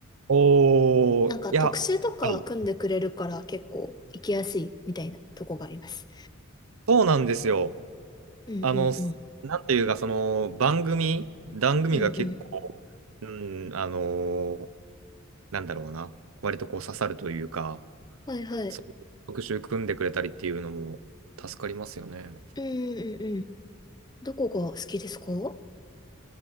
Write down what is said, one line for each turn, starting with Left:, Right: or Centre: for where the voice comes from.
Right: おー、
Left: なんか特集とか組んでくれるから結構行きやすいみたいなとこがあります。
Right: いや、はい、そうなんですよ。
Left: うんうんうん。
Right: あの、なんていうか、その、番組、番組が結構、
Left: うんうん。
Right: うん、あの、なんだろうな、割とこう刺さるというか、
Left: はいはい。
Right: そういう特集組んでくれたりっていうのも助かりますよね。
Left: うんうんうん。どこが好きですか